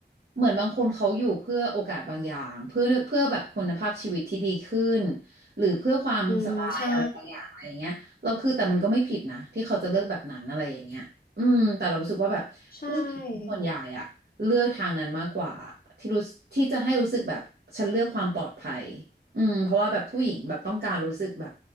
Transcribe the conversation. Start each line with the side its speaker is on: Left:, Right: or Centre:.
Right: เหมือนบางคนเขาอยู่เพื่อโอกาสบางอย่างเพื่อเพื่อแบบคุณภาพชีวิตที่ดีขึ้นหรือเพื่อความสบายอะไรบางอย่างอะไรอย่างเงี้ยเราคือแต่มันก็ไม่ผิดนะที่เขาจะเลือกแบบนั้นอะไรอย่างเงี้ยอืมแต่เรารู้สึกว่าแบบผู้หญิงส่วนใหญ่อ่ะเลือกทางนั้นมากกว่าที่รู้ที่จะให้รู้สึกแบบฉันเลือกความปลอดภัย
Left: อืมใช่ใช่
Right: อืมเพราะว่าแบบผู้หญิงแบบต้องการรู้สึกแบบ